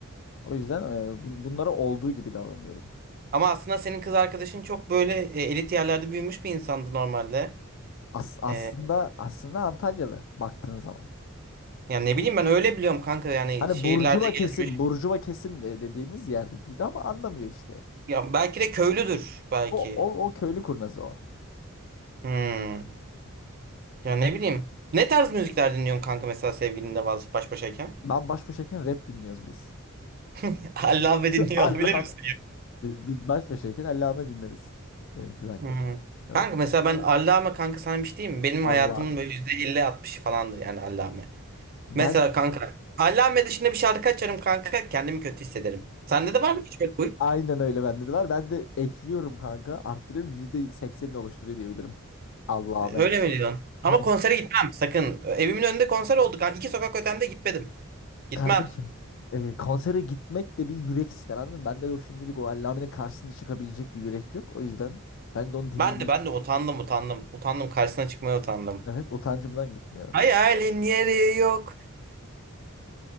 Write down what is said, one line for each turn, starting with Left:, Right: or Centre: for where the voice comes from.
Left: O yüzden e, bun- bunlara olduğu gibi davranıyorum.
Right: Ama aslında senin kız arkadaşın çok böyle e, elit yerlerde büyümüş bir insandı normalde.
Left: As aslında
Right: E,
Left: aslında Antalyalı baktığın zaman.
Right: yani ne bileyim ben öyle biliyorum kanka yani
Left: Hani
Right: şehirlerde
Left: burjuva
Right: gezmiş.
Left: kesim, burjuva kesim de- dediğimiz yerde büyüdü ama anlamıyor işte.
Right: Ya belki de köylüdür belki.
Left: O, o, o köylü kurnazı o.
Right: Hmm. Ya ne bileyim. Ne tarz müzikler dinliyorsun kanka mesela sevgilinle baş, baş başayken?
Left: Ben baş başayken rap dinliyoruz biz.
Right: <laughs> Allah
Left: <laughs>
Right: ve dinliyor
Left: Allah'ım
Right: olabilir misin
Left: Biz, biz baş başayken Allame dinleriz. Ee, kız arkadaş.
Right: Hı.
Left: Evet.
Right: Kanka mesela ben Allame kanka sana bir şey diyeyim mi? Benim
Left: Allah'ım.
Right: hayatımın böyle %50-60 falandır yani Allame.
Left: Ben
Right: Mesela kanka Allame dışında bir şarkı açarım kanka kendimi kötü hissederim. Sende de var mı hiç böyle huy?
Left: aynen öyle bende de var. Ben de ekliyorum kanka. Arttırıyorum. %80'ini oluşturuyor diyebilirim. Allame.
Right: Öyle mi diyorsun? Ama
Left: Aynen.
Right: konsere gitmem sakın. Evimin önünde konser oldu kanka. İki sokak ötemde gitmedim. Gitmem.
Left: Kardeşim. e, konsere gitmek de bir yürek ister anladın mı? Bende de o şimdilik o Allame'nin karşısında çıkabilecek bir yürek yok. O yüzden ben de onu dinleyip
Right: Ben de ben de utandım utandım. Utandım karşısına çıkmaya utandım.
Left: evet utancımdan gitmiyorum.
Right: Hayalin yeri yok.